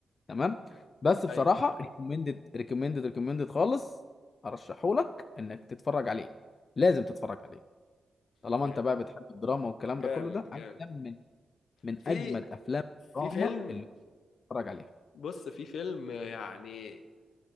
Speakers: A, on the left; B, on the left.
A: تمام بس بصراحه
B: ايوه
A: ريكومندد ريكومندد ريكومندد خالص ارشحهولك انك تتفرج عليه لازم تتفرج عليه طالما
B: جامد
A: انت بقى بتحب الدراما والكلام ده
B: جامد
A: كله ده افلام
B: جامد
A: من من
B: في
A: اجمد افلام
B: في
A: الدراما
B: فيلم
A: اللي بتتفرج عليها
B: بص في فيلم يعني